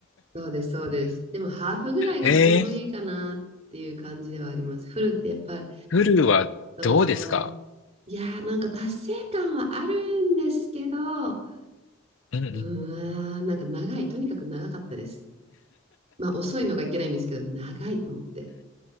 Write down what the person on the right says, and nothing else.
そうです、そうです。でもハーフぐらいがちょうどいいかなっていう感じではあります。
フルってやっぱり、
そういやー、なんか達成感はあるんですけど、う
ーん、なんか長い、とにかく長かったです。まあ遅いのがいけないんですけど、長いと思って。